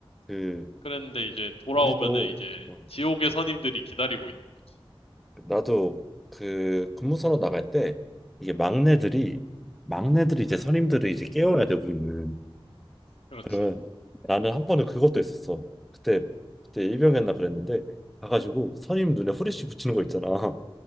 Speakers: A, in the centre; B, on the left (about 80°).
A: 그,
B: 그랬는데 이제 돌아오면은
A: 우리도,
B: 이제
A: 어,
B: 지옥의 선임들이 기다리고 있는 거지.
A: 나도 그 근무선언 나갈 때, 이게 막내들이, 막내들이 이제 선임들을 이제 깨워야 돼, 우리는.
B: 그렇지.
A: 그러면 나는 한 번은 그것도 있었어. 그때, 그때 일병이었나 그랬는데, 가가지고 선임 눈에 후레쉬 붙이는 거 있잖아.